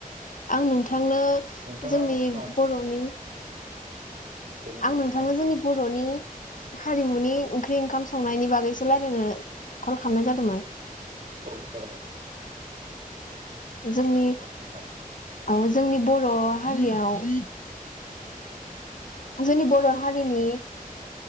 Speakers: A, on the left; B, on the right.
A: आं नोंथांनो
B: नोंथाङा
A: जोंनि
B: मानो
A: बर'नि
B: दे बुंदो
A: आं नोंथांनो
B: नोंथां
A: जोंनि ब'र'नि हारिमुनि ओंख्रि ओंखाम संनायनि बागैसो रायलायनो कल खालामनाय जादोंमोन।
B: औ जागोन उम।
A: जोंनि
B: नोंथां
A: औ जोंनि बर' हारियाव जोंनि बर' हारिनि